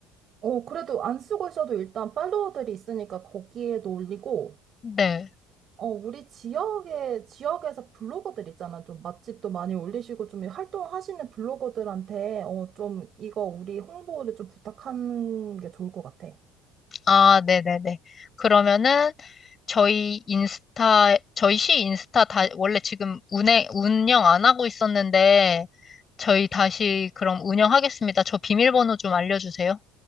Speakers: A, on the right; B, on the left.
A: 어, 그래도 안 쓰고 있어도 일단 팔로워들이 있으니까 거기에도 올리고,
B: 네.
A: 어, 우리 지역에, 지역에서 블로거들 있잖아. 좀 맛집도 많이 올리시고, 좀 활동하시는 블로거들한테, 어, 좀 이거 우리 홍보를 좀 부탁하는 게 좋을 것 같아.
B: 아, 네네네. 그러면은 저희 인스타, 저희 시 인스타 다, 원래 지금 운행, 운영 안 하고 있었는데 저희 다시 그럼 운영하겠습니다. 저 비밀번호 좀 알려주세요.